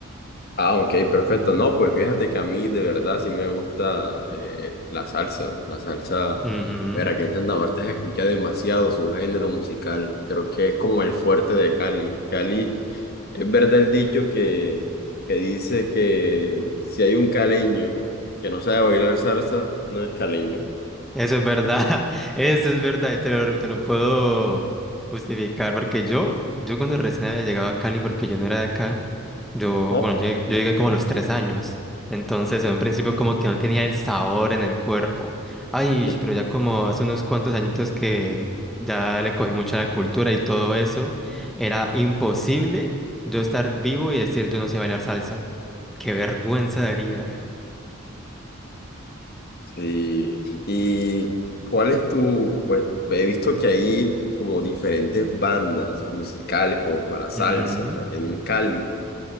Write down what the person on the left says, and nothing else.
Ah, ok, perfecto. No, pues fíjate que a mí de verdad sí me gusta eh, la salsa. La salsa,
ver, aquí en Santa Marta se escucha demasiado su género musical. Creo que es como el fuerte de Cali. Cali. Es verdad el dicho que, que dice que si hay un caleño que no sabe bailar salsa, no es caleño.
Ajá.
Sí,
sí. ¿Y cuál es tu, pues he visto que hay como diferentes bandas musicales como
para salsa
en Cali,